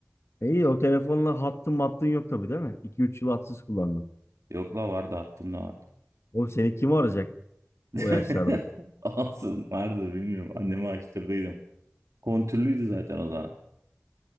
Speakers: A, on the left; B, on the right.
A: E İyi o telefonla hattın mattın yok tabii değil mi? 2 üç yıl hatsız kullandın.
B: Yok la vardı attım da vardı.
A: Oğlum seni kim arayacak
B: <laughs>
A: o yaşlarda?
B: Olsun vardı bilmiyorum. Anneme açtırdıydım. Kontürlüydü zaten o zaman.